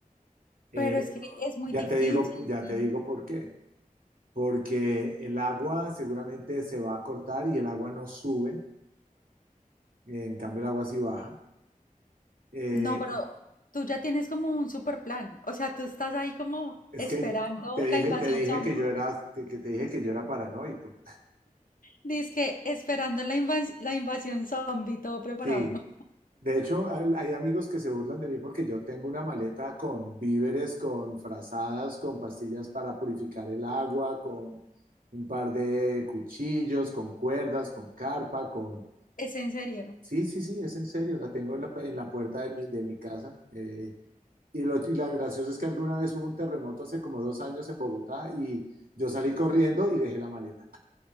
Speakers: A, on the right; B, on the left.
A: Eh,
B: Pero es que es muy
A: ya
B: difícil.
A: te digo, ya te digo por qué. Porque el agua seguramente se va a cortar y el agua no sube, eh, en cambio el agua sí baja. Eh,
B: No, pero tú ya tienes como un super plan. O sea, tú estás ahí como
A: es
B: esperando
A: que te dije,
B: la invasión
A: te dije
B: zombie.
A: que yo era, que te dije que yo era paranoico.
B: Dice que esperando la invas- la invasión zombie, todo preparado.
A: Sí, De hecho, hay hay amigos que se burlan de mí porque yo tengo una maleta con víveres, con frazadas, con pastillas para purificar el agua, con un par de cuchillos, con cuerdas, con carpa, con...
B: Es en serio.
A: Sí, sí, sí, es en serio, la tengo en la, en la puerta de mi, de mi casa. eh, y lo y la graciosa es que alguna vez hubo un terremoto hace como dos años en Bogotá y yo salí corriendo y dejé la maleta.